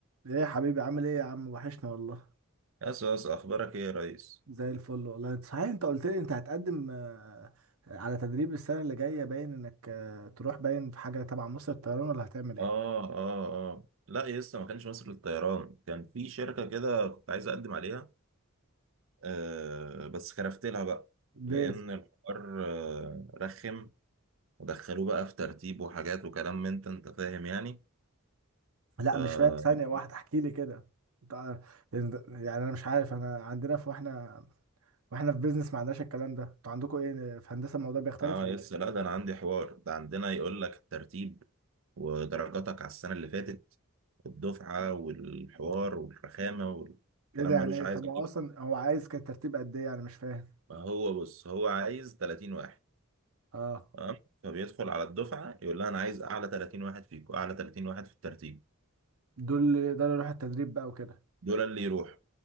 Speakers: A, on the right (about 80°); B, on the right (about 60°).
A: ايه يا حبيبي عامل ايه يا عم وحشنا والله
B: يس يس اخبارك ايه يا ريس
A: زي الفل والله انت صحيح انت قلت لي انت هتقدم آه، على تدريب السنة اللي جاية باين انك آه، تروح باين في حاجة تبع مصر الطيران ولا هتعمل ايه؟
B: اه اه اه لا يس ما كانش مصر للطيران كان في شركه كده كنت عايز اقدم عليها آه بس خرفت لها بقى
A: ليه؟
B: لان الحوار آه رخم ودخلوه بقى في ترتيب وحاجات وكلام من انت انت فاهم يعني
A: لا
B: ف
A: مش فاهم ثانية واحدة احكي لي كده تع- يعني انا مش عارف انا عندنا في واحنا واحنا في بيزنس ما عندناش الكلام ده انتوا عندكم ايه في هندسة الموضوع بيختلف
B: اه
A: ولا
B: يس
A: ايه؟
B: لا ده انا عندي حوار ده عندنا يقول لك الترتيب ودرجاتك على السنه اللي فاتت والدفعه والحوار والرخامه والكلام
A: ايه ده يعني
B: ملوش
A: إيه؟
B: عايزه
A: طب هو
B: كده
A: اصلا هو عايز كان ترتيب قد ايه يعني مش فاهم
B: ما هو بص هو عايز 30 واحد
A: اه
B: تمام فبيدخل على الدفعه يقول لها انا عايز اعلى 30 واحد فيكم اعلى 30 واحد في الترتيب
A: دول ده اللي يروح التدريب بقى وكده
B: دول اللي يروحوا